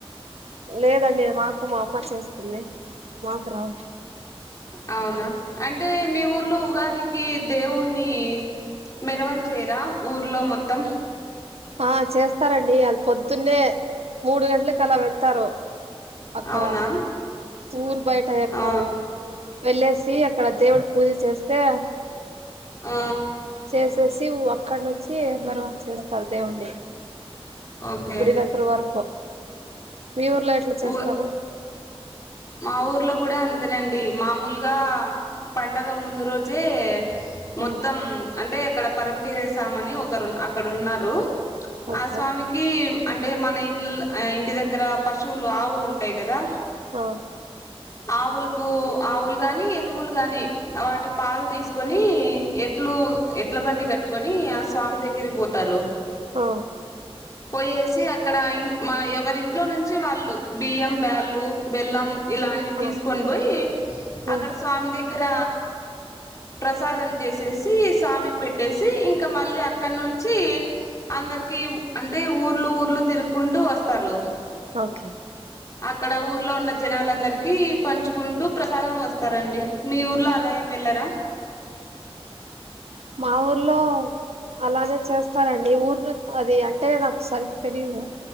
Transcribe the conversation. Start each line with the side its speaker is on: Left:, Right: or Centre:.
Right: లేదండి మాకు మా అమ్మ చేస్తుంది మాకు రాదు
Left: అవునా అం అంటే మీ ఊర్లో ఉగాదికి దేవుణ్ణి మెరవన్ చేయరా ఊర్లో మొత్తం
Right: ఆ చేస్తారండి అది పొద్దున్నే మూడు గంటలకు అలా వెళ్తారు అక్కడ
Left: అవునా
Right: ఊరి బయట ఎక్కడ
Left: ఆ
Right: వెళ్ళేసి అక్కడ దేవుడు పూజ చేస్తే
Left: ఆ
Right: చేసేసి అక్కడ నుంచి తర్వాత చేస్తారు దేవున్ని
Left: ఓకే
Right: గుడి దగ్గర వరకు మీ ఊర్లో ఎట్ల చేస్తారు
Left: ఊ మా ఊర్లో గుడ అంతేనండి మామూలుగా పండగ ముందు రోజే మొత్తం
Right: ఉమ్
Left: అంటే అక్కడ పరమటీచేశామని ఒకరు అక్కడ ఉన్నారు
Right: ఓకే
Left: ఆ స్వామికి అంటే మన ఇలాల్లో ఇంటి దగ్గర గ పశువులు ఆవు ఉంటయి కదా
Right: ఆ
Left: ఆవులుకు ఆవులు గాని ఎనుములు గాని వాటి పాలు తీసుకొని ఎడ్లు ఎడ్ల బండి కట్టుకొని ఆ స్వామి దగ్గ దిరిగిపోతారు
Right: ఆ
Left: పోయేసి అక్కడ ఇ మా ఎవరింట్లో నుంచి వాళ్ళు బియ్యం బ్యాళ్లు బెల్లం ఇలా అన్ని తీసుకొని
Right: ఆ
Left: పోయి అక్కడ
Right: ఆ
Left: స్వామి దెగ్ గ్గర ప్రసాదం చేసేసి స్వామికి పెట్టేసి ఇంక మళ్ళీ అక్కడ నుంచి అందరికి అంటే ఊర్లు ఊర్లు తిరుక్కుంటూ వస్తారు
Right: ఓకె
Left: అక్కడ ఊర్లో ఉన్న జనాలందరికి పంచుకుంటూ ప్రసాదం వస్తారండి మీ ఊర్లో అలా ఏం వెళ్లరా?
Right: మా ఊర్లో అలాగే చేస్తారండి ఊరు ను అది అంటే నాక్ సరిగ్ తెలిదు